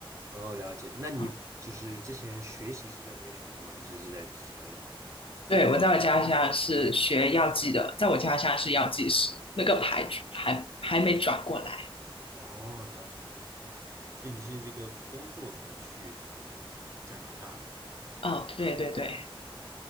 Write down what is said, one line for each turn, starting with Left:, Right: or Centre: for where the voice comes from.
Right: 哦，了解。那你就是之前学习是在那边学的吗？
Left: 啊
Right: 还是是在其他地方？
Left: 对，我在我家乡是学药剂的，在我家乡是药剂师，那个牌还还没转过来。
Right: 哦，了解了解，OK。所以你是这个工作才去这个加拿大的呢？
Left: 哦，对对对，